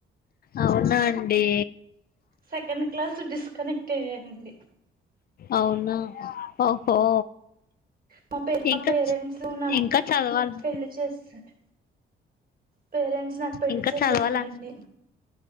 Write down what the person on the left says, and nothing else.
అవునా అండి.
అవునా ఓహో
ఇంకా
ఇంకా
చదవాలి
ఇంకా
చదవాల